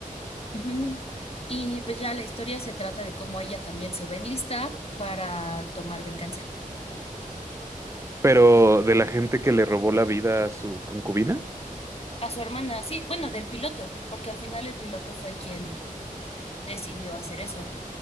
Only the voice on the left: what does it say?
Ujú. Y pues ya la historia se trata de cómo ella también se va a enlistar para tomar venganza.
A su hermana, sí, bueno, del piloto, porque al final el piloto fue quien decidió hacer eso.